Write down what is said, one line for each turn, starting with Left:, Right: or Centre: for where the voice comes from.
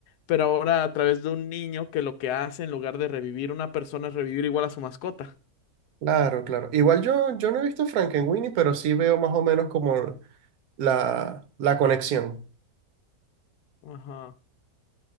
Left: pero ahora a través de un niño que lo que hace en lugar de revivir una persona es revivir igual a su mascota.
Right: Claro, claro. Igual yo, yo no he visto Frankenweenie, pero sí veo más o menos como la, la conexión.
Left: Ajá.